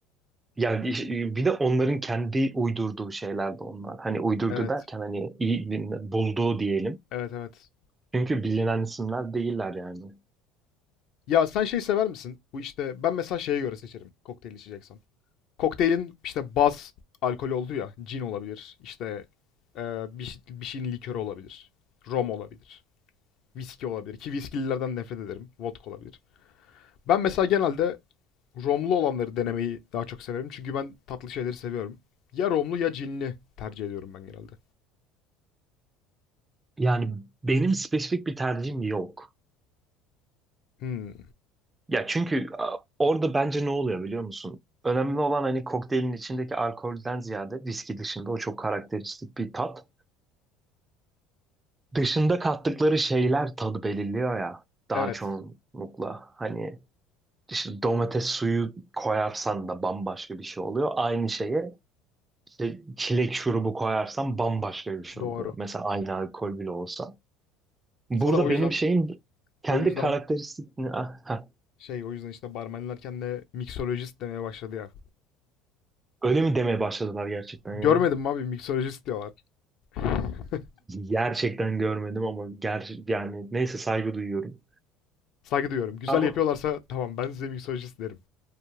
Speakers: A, on the right (about 20°); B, on the left (about 60°).
A: Yani iş- bir de onların kendi uydurduğu şeyler de onlar. Hani uydurdu
B: Evet.
A: derken hani iyi bin- bulduğu diyelim.
B: Evet evet.
A: Çünkü bilinen isimler değiller yani.
B: Ya sen şey sever misin? Bu işte ben mesela şeye göre seçerim kokteyl içeceksem. Kokteylin işte baz alkol olduğu ya. Cin olabilir. İşte e, bir, şey- bir şeyin likörü olabilir. Rom olabilir. Viski olabilir. Ki viskililerden nefret ederim. Vodka olabilir. Ben mesela genelde Romlu olanları denemeyi daha çok severim. Çünkü ben tatlı şeyleri seviyorum. Ya romlu ya cinli tercih ediyorum ben genelde.
A: Yani benim spesifik bir tercihim yok.
B: Hmm.
A: Ya çünkü a, orada bence ne oluyor biliyor musun? Önemli olan hani kokteylin içindeki alkolden ziyade viski dışında o çok karakteristik bir tat. Dışında kattıkları şeyler tadı belirliyor ya daha
B: Evet.
A: çoğunlukla. Hani İşte domates suyu koyarsan da bambaşka bir şey oluyor. Aynı şeye işte çilek şurubu koyarsan bambaşka bir şey
B: Doğru.
A: oluyor. Mesela aynı alkol bile olsa. Burada
B: Zaten o
A: benim
B: yüzden
A: şeyim kendi
B: o yüzden
A: karakteristik... Ah, ha.
B: şey o yüzden işte barmenler kendine miksolojist demeye başladı ya.
A: Öyle mi demeye başladılar gerçekten
B: Görmedim
A: ya?
B: mi abi miksolojist diyorlar. <laughs>
A: Gerçekten görmedim ama ger yani neyse saygı duyuyorum.
B: Saygı duyuyorum. Güzel
A: Ama
B: yapıyorlarsa tamam ben size miksolojist derim.